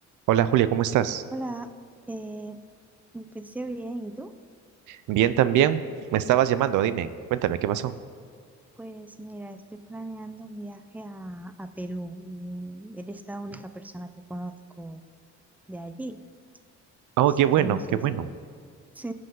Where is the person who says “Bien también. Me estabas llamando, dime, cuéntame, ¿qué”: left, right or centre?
Right